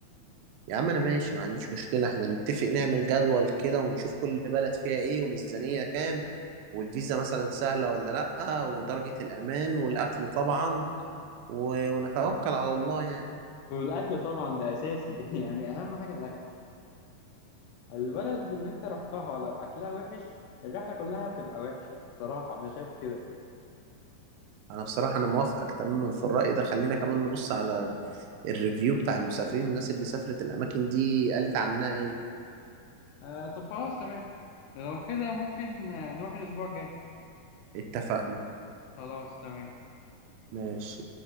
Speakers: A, on the right (about 85°); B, on the left (about 80°).
A: يا عم أنا ماشي ما عنديش مشكلة إحنا نتفق نعمل جدول كده ونشوف كل بلد فيها إيه وميزانية كام والفيزا مثلا سهلة ولا لأ ودرجة الأمان والأكل طبعا و- ونتوكل على الله يعني
B: والأكل طبعا ده أساسي <laughs> يعني أهم حاجة الأكل البلد اللي أنت رحتها لو أكلها وحش الرحلة كلها هتبقى وحشة الصراحة أنا شايف كده
A: أنا بصراحة أنا موافقك تماما في الرأي ده خلينا كمان نبص على الريفيو بتاع المسافرين الناس اللي سافرت الأماكن دي قالت عنها إيه
B: آه، طب خلاص تمام لو كده ممكن آه، نروح الأسبوع الجاي
A: اتفقنا
B: خلاص تمام
A: ماشي